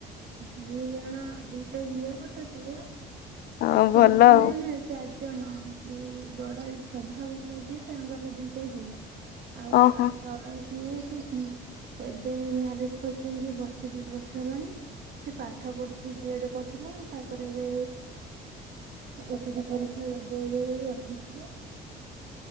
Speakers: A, on the right; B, on the left.
A: ଦିଇ ଜଣ ଦୁଇଟା ଝିଅ ଗୋଟେ ପୁଅ। ଏ
B: ଅ ଭଲ
A: ତିନି
B: ଆଉ
A: <unintelligible> ନା ଚାରିଜଣ ଦି ବଡ ସଭାବଡ଼ ଯିଏ ତାଙ୍କର ଦିଟା ଝିଅ। ଆଉ
B: ଓହୋ।
A: ତା ତଳ ଯିଏ ସେ ହୁଁଉ ଏବେ ମ୍ୟାରେଜ କରିଛନ୍ତି ବର୍ଷେ ଦି ବର୍ଷ ହେଲାଣି। ସେ ପାଠ ପଢୁଛି ବି ଏ ଡ କରୁଥିଲା ତାପରେ ଏବେ ଓ ଟି ଟି ପରୀ -- <unintelligible> ଏଇ ଯୋଉ ଏଇ ଅଠେଇଶି ରେ